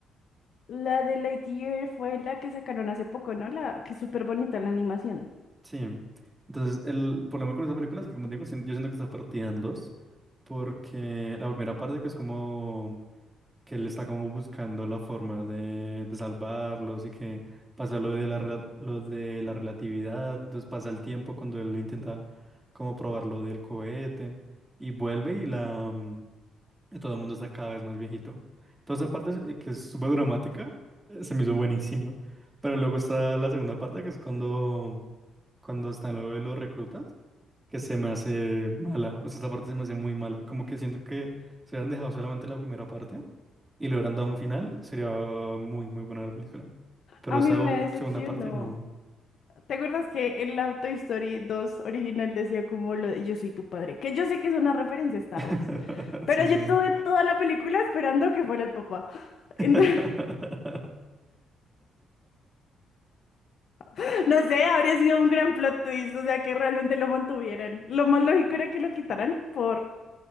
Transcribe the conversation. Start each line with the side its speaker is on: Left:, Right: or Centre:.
Left: La de Lightyear fue la que sacaron hace poco, ¿no? La que es súper bonita la animación.
Right: Sí. Entonces, el problema con esa película es que, como digo, sien- yo siento que está partida en dos, porque la primera parte que es como que él está como buscando la forma de, de salvarlos y que pasa lo de la, re- lo de la relatividad, entonces pasa el tiempo cuando él intenta como probar lo del cohete y vuelve y la, mm, y todo el mundo está cada vez más viejito. Toda esa parte eh, que es súper dramática, eh, se me hizo buenísima. Pero luego está la segunda parte, que es cuando, cuando están lo de los reclutas, que se me hace mala. O sea, esta parte se me hace muy mala. Como que siento que si hubieran dejado solamente la primera parte y le hubieran dado un final, sería muy, muy buena la película. Pero
Left: A
Right: esa
Left: mí me
Right: u-
Left: decepcionó.
Right: segunda parte no.
Left: ¿Te acuerdas que en la Toy Story dos original decía como lo de yo soy tu padre? Que yo sé que es una referencia a Star
Right: <laughs>
Left: Wars, pero
Right: Sí, sí,
Left: yo tuve toda la película esperando que fuera el papá.
Right: sí.
Left: Entonces,
Right: <laughs>
Left: <laughs> no sé, habría sido un gran plot twist, o sea, que realmente lo mantuvieran. Lo más lógico era que lo quitaran por,